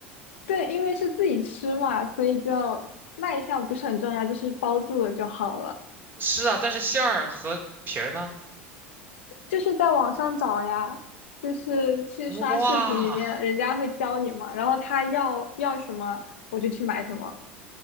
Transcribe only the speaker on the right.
是啊，但是馅儿和皮儿呢？
哇